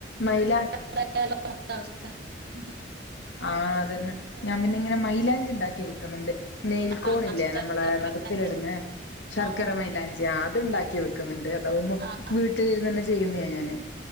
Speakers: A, on the left (about 75°); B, on the right (about 60°).
A: മൈലാ-
B: <inaudible>
A: ആഹ് അതന്നെ
B: അതന്നെ.
A: ഞാൻ പിന്നങ്ങെനെ മൈലാഞ്ചിണ്ടാക്കി വിക്കുന്നുണ്ട് നെയിൽക്കോണില്ലേ
B: ആ, ശർക്കര
A: നമ്മളെ നഖത്തിലിടുന്നെ
B: വിലാസി.
A: ശർക്കര
B: ആ ആ,
A: മൈലാഞ്ചി അത്ണ്ടാക്കി വിക്കുന്നുണ്ട് അതാവുമ്പോ
B: ആ,
A: വീട്ടിലിരുന്നന്നെ ചെയ്യുന്നാ ഞാന്